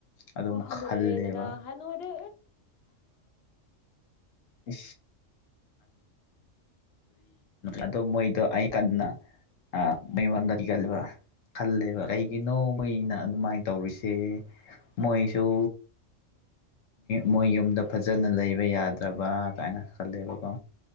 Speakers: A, on the left; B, on the left.
A: ꯑꯗꯨꯝ
B: ꯑꯣ ꯍꯅꯨꯔꯦꯗꯅ
A: ꯈꯜꯂꯦꯕ
B: ꯍꯅꯔ
A: ꯎ ꯑꯗꯣ ꯃꯣꯏꯗꯣ ꯑꯩ ꯀꯟꯅ ꯃꯣꯏ ꯃꯝꯗ ꯀꯤꯒꯜꯂꯦꯕ ꯈꯜꯂꯦꯕ ꯀꯩꯒꯤꯅꯣ ꯃꯩꯅ ꯑꯗꯨꯃꯥꯏꯅ ꯇꯧꯔꯤꯁꯦ ꯃꯣꯏꯁꯨ ꯃꯣꯏ ꯌꯨꯝꯗ ꯐꯖꯅ ꯂꯩꯕ ꯌꯥꯗ꯭ꯔꯕ ꯀꯥꯏꯅ ꯈꯜꯂꯦꯕꯀꯣ